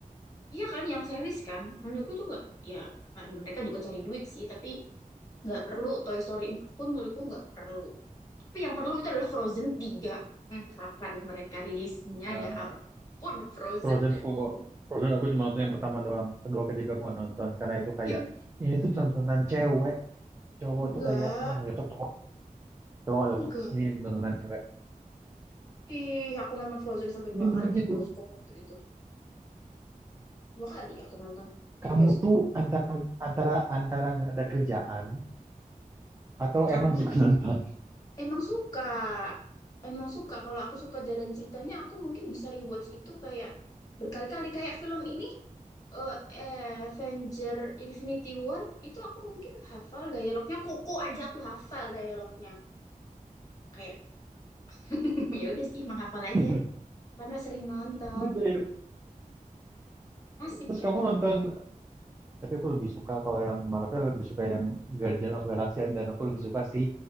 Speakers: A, on the left (about 25°); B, on the right (about 20°).
A: iya kan yang series kan. Menurutku tuh nggak ya mereka juga cari duit sih tapi nggak perlu Toy Story 4 pun menurutku nggak perlu. Tapi yang perlu itu adalah Frozen tiga, Hmm, kapan mereka rilisnya
B: Eh,
A: ya ampun Frozen.
B: Frozen aku Frozen aku cuma nonton yang pertama doang kedua ketiga aku nggak nonton karena itu kayak
A: Yang
B: ini tuh tontonan cewek cowok
A: enggak,
B: tuh kayak ah nggak cocok cowok cowok nggak
A: enggak.
B: cocok ini tontonan cewek
A: Ih, aku nonton Frozen sampai
B: ini
A: dua
B: bener
A: kali di
B: gitu
A: bioskop waktu itu. Dua kali aku nonton di
B: kamu
A: bioskop.
B: tuh antara antara antara nggak ada kerjaan atau
A: Karena
B: emang suka nonton
A: emang suka. Emang suka. Kalau aku suka jalan ceritanya, aku mungkin bisa rewatch itu kayak berkali-kali. Kayak film ini, eh, Avenger Infinity War, itu aku mungkin hafal dialognya. Koko aja aku hafal dialognya. Kayak <laughs> ya udah sih menghafal aja
B: <laughs>
A: karena sering nonton
B: Gue dari-
A: asik
B: terus
A: kan
B: kamu nonton Tapi aku lebih suka kalau yang Marvel lebih suka yang Guardian of Galaxy dan aku lebih suka si